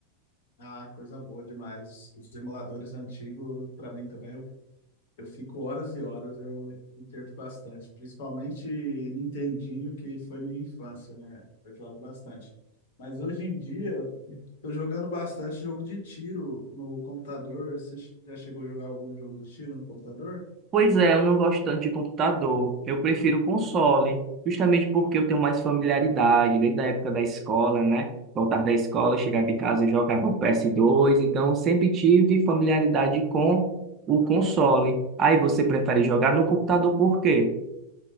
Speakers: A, on the left; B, on the right.
A: Ah, coisa boa demais. Os emuladores antigos, pra mim também, eu, eu fico horas e horas, eu me perco bastante. Principalmente Nintendinho, que foi minha infância, né? Eu jogo bastante. Mas hoje em dia. Tô jogando bastante jogo de tiro no computador. Você já chegou a jogar algum jogo de tiro no computador?
B: Pois é, eu não gosto tanto de computador. Eu prefiro console, justamente porque eu tenho mais familiaridade, desde a época da escola, né? Voltar da escola, chegar de casa, eu jogava o PS2, então sempre tive familiaridade com o console. Aí você prefere jogar no computador por quê?